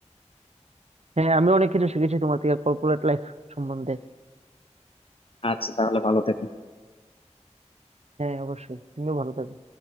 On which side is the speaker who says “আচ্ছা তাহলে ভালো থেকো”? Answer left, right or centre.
Left